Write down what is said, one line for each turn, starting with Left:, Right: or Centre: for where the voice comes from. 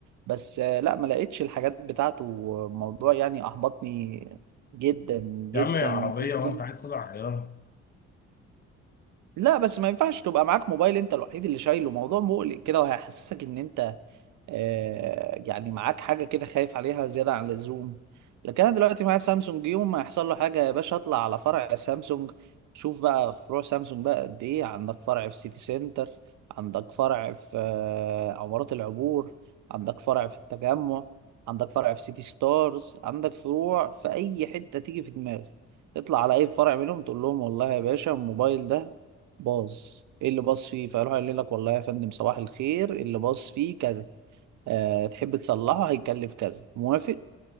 Right: بس آه، لا ما لقيتش الحاجات بتاعته موضوع يعني احبطني جدا جدا
Left: يا عم يا عربيه
Right: جدا
Left: وانت عايز تطلع غيارها
Right: لا بس ما ينفعش تبقى معاك موبايل انت الوحيد اللي شايله موضوع مقلق كده وهيحسسك ان انت آه، يعني معاك حاجة كده خايف عليها زيادة عن اللزوم لكن أنا دلوقتي معايا سامسونج يوم ما يحصل له حاجة يا باشا أطلع على فرع سامسونج شوف بقى فروع سامسونج بقى قد إيه عندك فرع في سيتي سنتر عندك فرع في آه، عمارات العبور عندك فرع في التجمع عندك فرع في سيتي ستارز عندك فروع في أي حتة تيجي في دماغك تطلع على أي فرع منهم تقول لهم والله يا باشا الموبايل ده باظ ايه اللي باظ فيه فيروح يقول لك والله يا فندم صباح الخير اللي باظ فيه كذا أه تحب تصلحه هيكلف كذا موافق